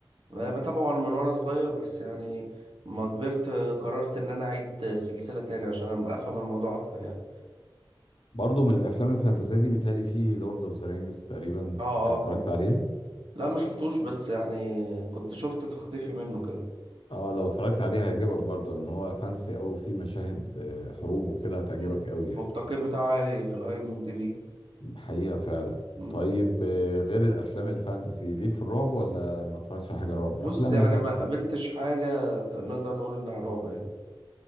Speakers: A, on the right; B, on the left.
A: بتابعه من وانا صغير بس يعني ما كبرت قررت ان انا اعيد السلسلة تاني عشان افهم الموضوع اكتر يعني
B: برضو من الافلام الفانتازيه دي متهيألي في لورد اوف ذا رينجز تقريبا
A: اه
B: اتفرجت
A: اه طبعا
B: عليه
A: لا ما شفتوش بس يعني كنت شفت تخطيفي منه كده
B: اه لو اتفرجت عليه هيعجبك برضو ان هو فانتسي قوي وفيه مشاهد آه، حروب وكده هتعجبك
A: مم.
B: قوي يعني
A: والتقييم بتاعه عالي في الاي ام دي بي
B: حقيقة فعلا
A: مم.
B: طيب آه، غير الأفلام الفانتسي ليك في الرعب ولا ما اتفرجتش على حاجة رعب
A: بص
B: أفلام
A: يعني
B: مثلا
A: ما قابلتش حاجة ت- نقدر نقول انها رعب يعني